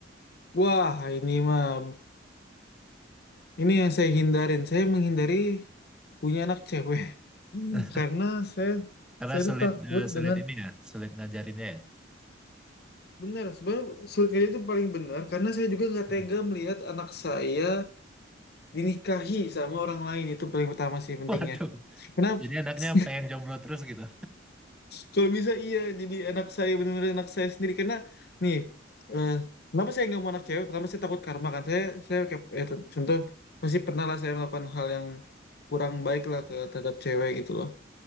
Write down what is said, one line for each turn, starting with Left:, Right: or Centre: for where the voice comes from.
Left: Wah ini mah, ini yang saya hindarin, saya menghindari punya anak cewek Hmm,
Centre: <laughs>
Left: karena saya
Centre: Karena
Left: saya
Centre: sulit
Left: tuh takut
Centre: eh, sulit
Left: dengan
Centre: ini ya, sulit ngajarinnya ya. <laughs>
Left: benar sebenarnya surat kerja itu paling benar karena saya juga nggak
Centre: Hmm.
Left: tega melihat anak saya dinikahi sama orang lain itu paling pertama sih pentingnya.
Centre: Waduh,
Left: Kenapa?
Centre: jadi anaknya
Left: <laughs>
Centre: pengen jomblo terus gitu.
Left: Kalau bisa iya, jadi anak saya benar-benar anak saya sendiri karena nih, eh, kenapa saya nggak mau anak cewek? Pertama saya takut karma kan. Saya saya kayak ya, t- contoh masih pernah lah saya melakukan hal yang kurang baik lah ke terhadap cewek gitu loh.